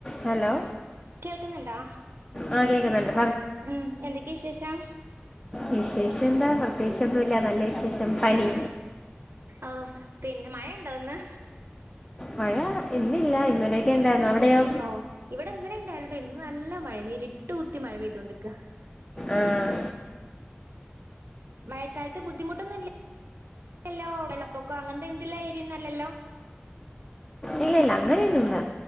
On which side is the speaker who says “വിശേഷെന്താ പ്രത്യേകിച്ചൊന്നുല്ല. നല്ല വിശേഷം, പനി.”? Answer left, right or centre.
Left